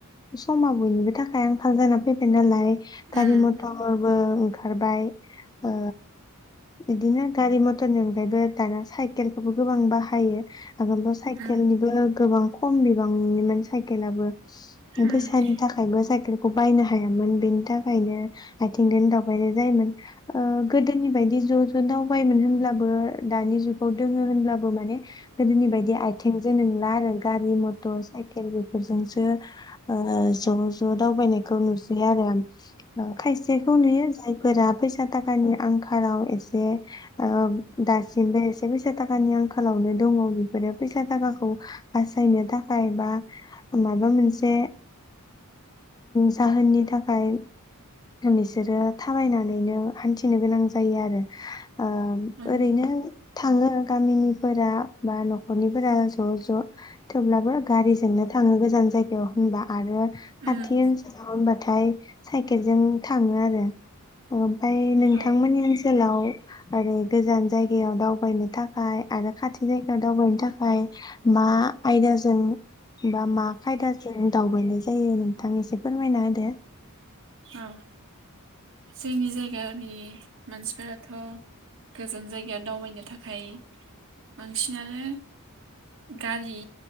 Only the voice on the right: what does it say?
उम
उम
उम
उम
उम
औ
औ जोंनि जायगानि मानसिफोराथ' गोजान जायगायाव दावबायनो थाखाय बांसिनानो गारि